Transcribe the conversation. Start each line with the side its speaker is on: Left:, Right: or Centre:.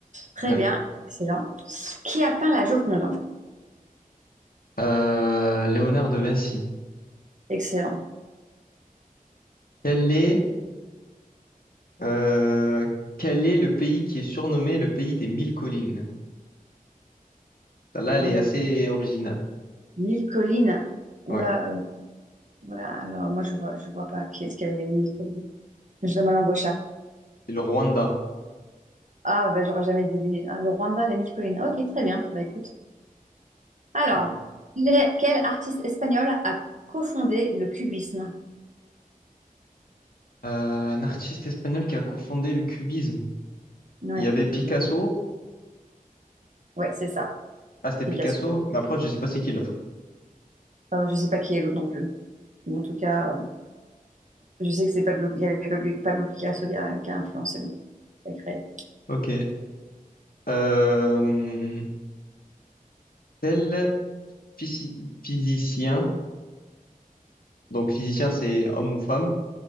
Right: Très
Left: Ouais.
Right: bien. Excellent. Qui a peint la Joconde?
Left: Euh, Léonard de Vinci.
Right: Excellent.
Left: Quel est, euh, quel est le pays qui est surnommé le pays des mille collines? Là, elle
Right: Hum,
Left: est assez originale.
Right: Mille collines. Oula,
Left: Ouais.
Right: euh, voilà. Alors, moi, je vois, je vois pas qui est-ce qui avait mille collines. Je donne ma langue au chat.
Left: C'est le Rwanda.
Right: Ah, bah, j'aurais jamais deviné. Ah, le Rwanda, la mille collines. Ok, très bien. Bah, écoute. Alors,
Left: Ouais.
Right: quel est- quel artiste espagnol a cofondé le cubisme?
Left: Euh, un artiste espagnol qui a cofondé le cubisme.
Right: Ouais,
Left: Il y avait Picasso.
Right: ouais, c'est ça,
Left: Ah, c'était
Right: Picasso.
Left: Picasso. Mais après, je sais pas c'est qui l'autre.
Right: Euh, je sais pas qui est l'autre non plus. Mais en tout cas, euh, je sais que c'est Pablo, il y avait Pablo, Pablo Picasso qui a, qui a influencé beaucoup, qui a créé.
Left: Ok. Euh, quel physi- physicien, donc physicien c'est homme ou femme,